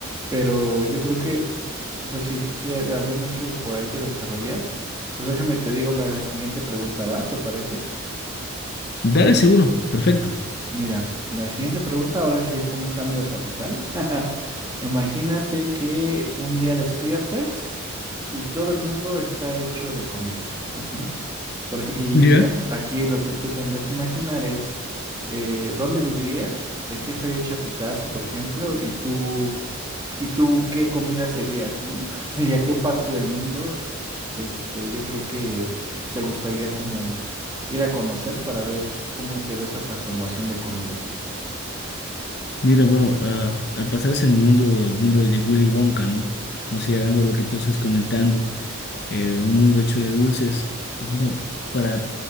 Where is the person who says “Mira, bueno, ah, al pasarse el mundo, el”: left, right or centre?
Left